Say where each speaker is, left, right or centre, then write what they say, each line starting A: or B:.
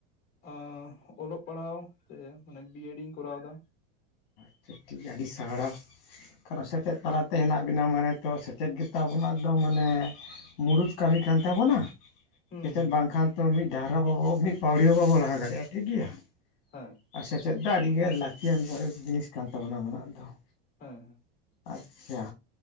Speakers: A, on the left; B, on the left.
A: ᱟᱸ ᱚᱞᱚᱜ ᱯᱟᱲᱦᱟᱣ ᱛᱮ ᱢᱟᱱᱮ ᱵᱤᱮᱰᱤᱧ ᱠᱚᱨᱟᱣ ᱫᱟ ᱾
B: ᱟᱪᱪᱷᱟ ᱴᱷᱤᱠ ᱜᱮᱭᱟ ᱟᱹᱰᱤ ᱥᱟᱨᱦᱟᱣ ᱾ ᱠᱟᱨᱚᱱ ᱥᱮᱪᱮᱫ ᱛᱟᱞᱟᱛᱮ ᱦᱮᱱᱟᱜ ᱵᱤᱱᱟ ᱢᱟᱱᱮ ᱛᱚ ᱥᱮᱪᱮᱫ ᱜᱮᱛᱚ ᱵᱚᱱᱟᱜ ᱫᱚ ᱢᱟᱱᱮ ᱢᱩᱲᱩᱫ ᱠᱟᱹᱢᱤ ᱠᱟᱱ ᱛᱟᱵᱚᱱᱟ ᱾
A: ᱦᱩᱸ
B: ᱥᱮᱪᱮᱫ
A: ᱦᱩᱸ
B: ᱵᱟᱝᱠᱷᱟᱱ ᱛᱚ ᱢᱤᱫ ᱰᱟᱦᱟᱨ ᱦᱚᱸ ᱵᱟᱵᱚ ᱢᱤᱫ ᱯᱟᱹᱣᱲᱤ ᱦᱚᱸ ᱵᱟᱵᱚ ᱞᱟᱦᱟ ᱫᱟᱲᱮᱭᱟᱜᱼᱟ ᱴᱷᱤᱠ ᱜᱮᱭᱟ ᱾
A: ᱦᱮᱸ,
B: ᱟᱨ ᱥᱮᱪᱮᱫ ᱫᱚ ᱟᱹᱰᱤᱜᱮ ᱞᱟᱹᱠᱛᱤᱭᱟᱱ ᱡᱤᱱᱤᱥ ᱠᱟᱱ ᱛᱟᱵᱚᱱᱟ ᱚᱱᱟ ᱫᱚ ᱾
A: ᱦᱮᱸ ᱦᱮᱸ,
B: ᱟᱪᱪᱷᱟ,